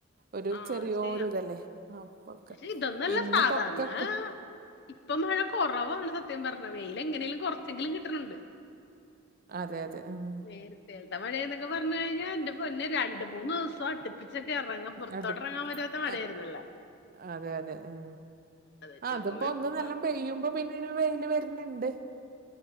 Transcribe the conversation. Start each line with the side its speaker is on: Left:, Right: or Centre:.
Right: ഒരു
Left: ആഹ്
Right: ചെറിയോരു
Left: ചെയ്യാം
Right: ഇതല്ലേ അപൊക്കെ
Left: പക്ഷെ ഇതൊന്നല്ല
Right: ഇന്ന്
Left: സാധാരണ
Right: പൊക്കക്ക
Left: ഇപ്പൊ മഴ കൊറവാണ് സത്യം പറഞ്ഞ വെയിലെങ്ങനേലും കൊറച്ചെങ്കിലും കിട്ടണണ്ട്.
Right: അതെ അതെ ഉം.
Left: <unintelligible> മഴേന്നൊക്കെ പറഞ്ഞു കഴിഞ്ഞാ ന്റെ പൊന്നെ രണ്ട് മൂന്നോസം അടുപ്പി പപ്പിച്ചൊക്കെ ഇറങ്ങ പൊ റത്തോട്ടിറങ്ങാൻ
Right: അടു
Left: പറ്റാത്ത മഴായിന്നല്ലാ
Right: ആ അതെ അതെ ഉം
Left: അത് വെച്ച്
Right: അതിപ്പോ
Left: നോക്കുമ്പോ
Right: ഒന്ന്
Left: ഇപ്പം
Right: നല്ല പെയ്യുമ്പോ പിന്നെ രു വെയില് വരുന്നുണ്ട്.